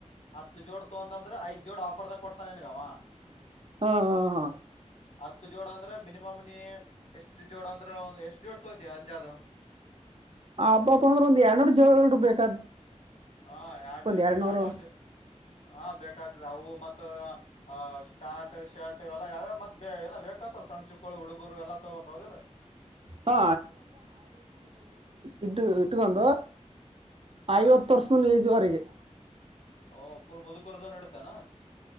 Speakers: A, on the left (about 70°); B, on the right (about 50°).
A: ಹತ್ತು ಜೋಡ್. ಒಂದ್ರೆ ಐದ್ ಜೋಡ್ ಆಫರ್ದ ಕೊಡ್ತಾನ ನನ್ಗವ.
B: ಹಾ ಹಾ ಹಾ.
A: ಹತ್ತು ಜೋಡ ಅಂದ್ರೆ ಮಿನಿಮಮ್ ನೀ ಎಷ್ಟು ಜೋಡ ಅಂದ್ರೆ ಒಂದ್ ಎಷ್ಟ್ ಜೋಡ್ ತೋತಿ ಅಂಜಾದ.
B: ಆ ಹಬ್ಬಬ್ ಅಂದ್ರೆಂದ ಎರಡುನರ ಜವಳ ಇಡ್ಬೇಕು.
A: ಹ ಎಡ್
B: ಎರಡ್ನೂರು
A: ಎಡ್ನೂರ್ ಜ ಹಾ ಬೇಕ್ತದೆ ಅವು. ಮತ್ತ ಅ ಶಪ್ಯಾಟ್. ಶರ್ಟ್ ಎಲ್ಲ ಯಾವ್ಯಾವ ಮತ್ತ ಬ ಏನ ಬೇಕತ್ತ ಸಣ್ಣ ಚುಕ್ಕಳು ಹುಡುಗುರು ಎಲ್ಲ ತಗಬಬೇಕಕ ಹೌದಿಲ್ಲ
B: ಹಾ ಇಟ್ಟ ಇಟ್ಟಗ ಬಂದ. <unintelligible>
A: ಹಾ
B: ಐವತ್ತು ವರ್ಷ ಈಜುವರೆಗೆ.
A: ಓ ಫುಲ್ ಮುದುಕರ್ದನ್ ಇಡ್ತಾನ.